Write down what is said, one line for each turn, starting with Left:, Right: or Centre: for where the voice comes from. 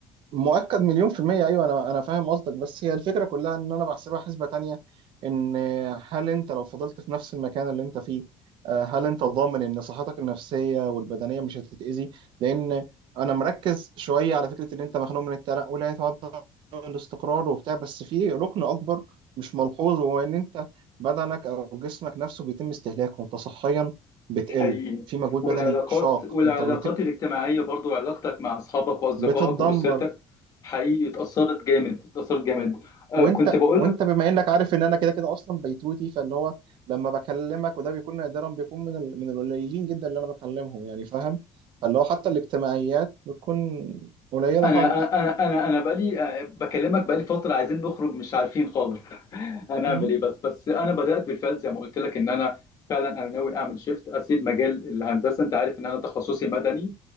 Right: مؤكد مليون في المية أيوة أنا أنا فاهم قصدك بس هي الفكرة كلها إن أنا بحسبها حسبة تانية إن هل أنت لو فضلت في نفس المكان اللي أنت فيه آه، هل أنت ضامن إن صحتك النفسية والبدنية مش هتتأذي لأن أنا مركز شوية على فكرة إن أنت مخنوق من التنقلات وعدم الاستقرار وبتاع بس في ركن أكبر مش ملحوظ وهو إن أنت بدنك أو جسمك نفسه بيتم استهلاكه أنت صحيا بتقل
Left: حقيقي
Right: في مجهود
Left: والعلاقات
Right: بدني شاق
Left: والعلاقات
Right: أنت روتين
Left: الاجتماعية برضو علاقتك مع أصحابك وأصدقائك
Right: بتتدمر
Left: وأسرتك حقيقي اتأثرت جامد اتأثرت جامد آه
Right: وانت
Left: كنت بقول
Right: وانت
Left: لك
Right: بما انك عارف ان انا كده كده اصلا بيتوتي فاللي هو لما بكلمك وده بيكون نادرا بيكون من ال... من القليلين جدا اللي انا بكلمهم يعني فاهم فاللي هو حتى الاجتماعيات بتكون قليله
Left: أنا
Right: خالص
Left: أنا أنا أنا بقالي آه، بكلمك بقالي فترة عايزين نخرج مش عارفين خالص <laughs> هنعمل
Right: مم.
Left: إيه بس بس أنا بدأت بالفعل زي ما قلت لك إن أنا فعلا أنا ناوي أعمل شيفت أسيب مجال الهندسة أنت عارف إن أنا تخصصي مدني